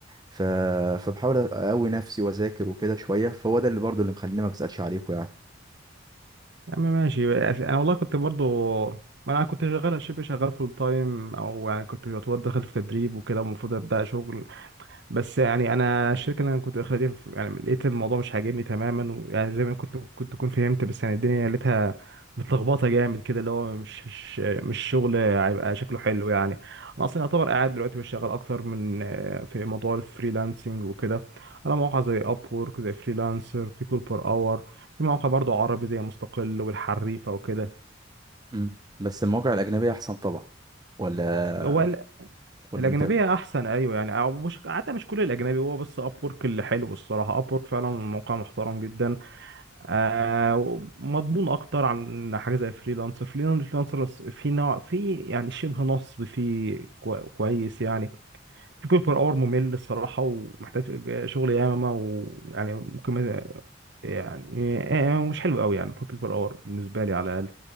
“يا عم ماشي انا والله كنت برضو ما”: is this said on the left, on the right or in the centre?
Right